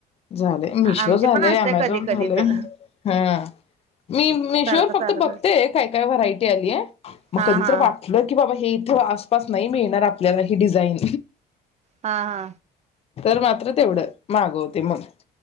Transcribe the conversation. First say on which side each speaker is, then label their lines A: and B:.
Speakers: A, on the left; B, on the right.
A: झालय मिशो
B: आमचे
A: झालय
B: पण असते
A: ॲमेझॉ
B: कधी
A: बंद
B: कधी
A: झालय
B: तर
A: मीशोवर
B: सारखं
A: फक्त
B: चालत
A: बघते
B: असत
A: काय काय वरायटी आलीय मग
B: हा
A: कधी
B: हा
A: वाटल की बाबा हे इथ आसपास नाही मिळणार आपल्याला ही डिझाईन
B: हा हा
A: तर मात्र तेवढं मागवते मग